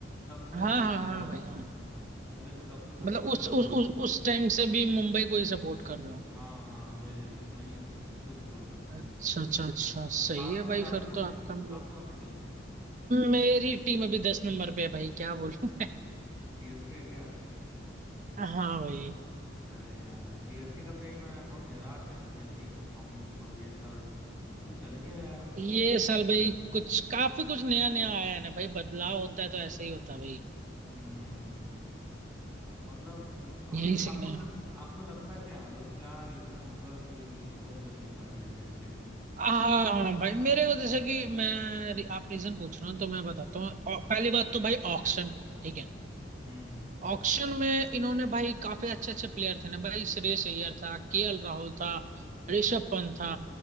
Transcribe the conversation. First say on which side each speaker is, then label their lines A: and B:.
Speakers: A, on the right; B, on the right.
A: तब से
B: हाँ
A: मैं देखते
B: हाँ
A: आ
B: हाँ
A: रहा
B: भाई
A: हूँ
B: हाँ
A: तो मुंबई को तब से सपोर्ट
B: मतलब उस
A: कर रहा
B: उस
A: हूँ
B: उस उस टाइम से भी मुंबई को ही सपोर्ट कर रहे हो
A: हाँ हाँ वही है वही तो उसको ही सपोर्ट करता हूँ
B: अच्छा
A: मैं
B: अच्छा अच्छा सही
A: आपके
B: है भाई
A: आपके
B: फिर
A: कौन
B: तो
A: से
B: आपका मतलब
A: आपके कौन सी टीम है
B: मेरी टीम अभी दस नंबर पे है भाई क्या बोलूं
A: सीएसके है क्या
B: हाँ भाई
A: अरे यार सीएसके का सही में मैं बहुत निराश हूँ यार सीएसके के परफॉर्मेंस से मतलब ये साल कुछ चल ही नहीं रहा यार उनका
B: ये साल भाई कुछ काफी कुछ नया नया आया है ना भाई बदलाव होता है तो ऐसा ही होता है भाई
A: हम्म मतलब म- मतलब
B: यही
A: आपको
B: सीन है
A: ल- आपको लगता क्या है मतलब क्या रीजन होगा कि इस बार चल नहीं पा रही है सीएसके टीम
B: हाँ हाँ, भाई मेरे को जैसे कि मैं आप रीजन पूछ रहे हो तो मैं बताता हूँ औ- पहली बात तो भाई ऑक्शन ठीक है
A: हम्म
B: ऑक्शन में इन्होंने भाई काफी अच्छे अच्छे प्लेयर थे ना भाई श्रेयस अय्यर था केएल राहुल था ऋषभ पंत था